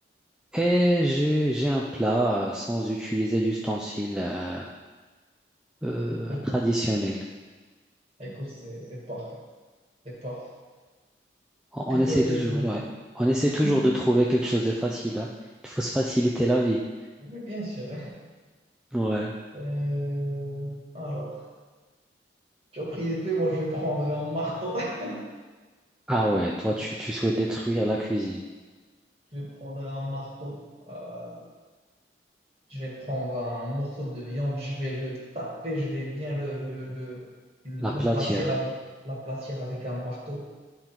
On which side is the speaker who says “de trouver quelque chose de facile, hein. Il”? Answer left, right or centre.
Centre